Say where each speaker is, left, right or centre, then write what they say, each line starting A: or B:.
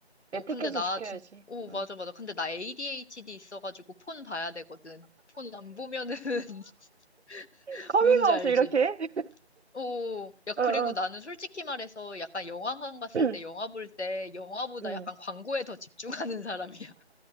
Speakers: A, on the left; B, on the right.
A: 어,
B: 에티켓은
A: 근데 나
B: 지켜야지.
A: 진, 오,
B: 응.
A: 맞아, 맞아. 근데 나 ADHD 있어가지고 폰 봐야 되거든. 폰 안 보면은 <laughs>
B: 커밍아웃을
A: 뭔지 알지?
B: 이렇게 해?
A: 오, 야,
B: <laughs> 어,
A: 그리고
B: 어.
A: 나는 솔직히 말해서 약간 영화관 갔을
B: <clears throat>
A: 때 영화 볼 때 영화보다
B: 응.
A: 약간 광고에 더 집중하는 사람이야. <laughs>